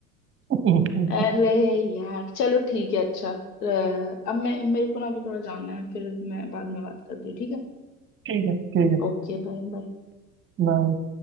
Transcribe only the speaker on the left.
अरे यार चलो <clears throat> ठीक है अच्छा अ, अब मैं मेरे को ना अभी थोड़ा जाना है फिर मैं बाद में बात करती हूँ ठीक है
Okay bye bye